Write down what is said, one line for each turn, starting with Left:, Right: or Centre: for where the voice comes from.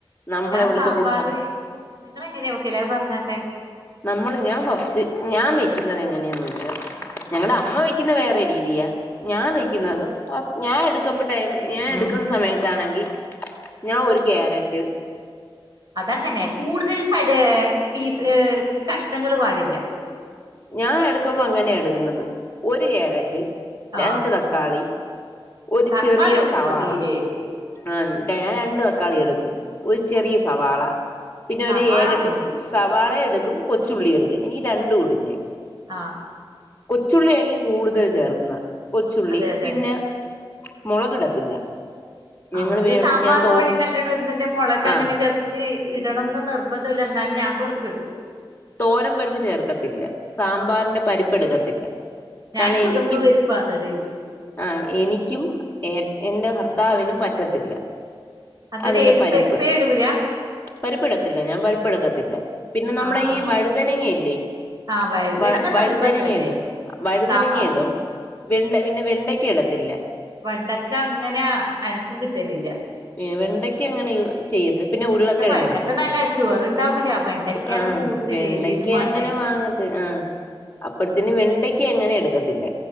Left: നമ്മളെ
Right: ഞാൻ
Left: ഇവിടുത്തെ
Right: സാമ്പാർ
Left: കൂട്ടാ
Right: നിങ്ങ എങ്ങനെയ വോക്കില അഹ് പറഞ്ഞോട്ടെ
Left: നമ്മൾ ഞാൻ ഫസ്റ്റ് ഞാൻ വെയക്കുന്നത് എങ്ങനെയാെന്ന് വെച്ചാ
Right: ആഹ്
Left: ഞങ്ങളുടെ അമ്മ വെക്കുന്ന വേറെ രീതിയാ ഞാൻ വയ്ക്കുന്നത്
Right: ആഹ്
Left: ഞാൻ എടുക്കുമ്പ ടൈ ഞാൻ എടുക്കുന്ന സമയത്ത് അതാണെങ്കി ഞാൻ ഒരു കാരറ്റ്
Right: അതങ്ങനെയ കൂടുതൽ കട ഫീസ് കഷണങ്ങൾ പാടില്ല
Left: ഞാൻ എടുക്കുമ്പോ അങ്ങനെ എടുക്കുന്നത് ഒരു കാരറ്റ്
Right: ആഹ്
Left: രണ്ട് ത തക്കാളി ഒരു
Right: തക്കാളി
Left: ചെറിയ
Right: ഒന്ന്
Left: സവാള
Right: മതില്ലേ
Left: ആ ഞൻ രണ്ട് തക്കാളി എടുക്കും ഒരു ചെറിയ സവാള പിന്നെ
Right: സവാള
Left: ഒരു ഏരട്ട്
Right: ഒന്ന് മതി
Left: സവാളയ എടുക്കും കൊച്ചുള്ളി എടുക്കും ഇ രണ്ട് ഇടു ഞാൻ
Right: ആഹ്
Left: കൊച്ചുള്ളി ആയിരിക്കും കൂടുതൽ ചേർക്കുന്നത് കൊച്ചുള്ളി
Right: അതെ അതെ
Left: പിന്നെ മുളകിടത്തില്ല ഞങ്ങള്
Right: ആത്
Left: പിന്നെ
Right: സാമ്പാർ
Left: ഞാൻ തോ
Right: പൊടി നല്ലണം ഇുന്നന്റെ മുളക് അങ്ങനെ
Left: ആഹ്
Right: ജസ്റ്റ് ഇടണംന്ന് നിർ നിബന്ധല്ല എന്നാല ഞാൻ കുറച്ചിടും
Left: തോരം വരിവ് ചേർക്കത്തില്ല സാമ്പാറിന്റെ പരിപ്പ് എടുക്കത്തില്ല
Right: ഞാൻ
Left: കണം
Right: ചുവപ്പ്
Left: എനിക്കും
Right: പരിപ്പാണ് ഇടല്
Left: ആ എനിക്കും എ എന്റെ ഭർത്താവിനും പറ്റത്തില്ല
Right: അന്നേരം
Left: അതിന്റെ
Right: ഏത്
Left: പരിപ്പ്
Right: പരിപ്പേ ഇടൂല
Left: പരിപ്പ്ടത്തില്ല ഞാൻ പരിപ്പ് എടുക്ക പിന്നെ നമ്മള
Right: ആഹ്
Left: ഈ വഴുതനങ്ങല്ലേ
Right: ആഹ് വഴുതനങ്ങ
Left: വ വഴുതനങ്ങയിടും
Right: നിർബന്ധല്ലേ
Left: വഴുതനങ്ങയിടും
Right: സാമ്പാറിന്
Left: വെണ്ട പിന്നെ വെണ്ടയ്ക്ക ഇടാത്തില്ല
Right: വണ്ടൊക്കെ അങ്ങനെ അനക്കും കിട്ടലില്ല
Left: ഏ വെണ്ടയ്ക്ക് അങ്ങനെ ചെയ്യത്തില്ല പിന്നെ ഉരുളക്കിഴിടക്കും
Right: പക്ഷെ വെണ്ടക്ക നല്ല ഷുഗർ ഉണ്ടാവൂല വെണ്ടക്കയാണ്
Left: ആ
Right: കൂടുതൽ
Left: വെണ്ടക്ക
Right: എല്ലിനും വേണ്ടേ
Left: അങ്ങനെ വാങ്ങ ആ അപ്പഴത്തിന് വെണ്ടയ്ക്ക് അങ്ങനെ എടുക്കത്തില്ല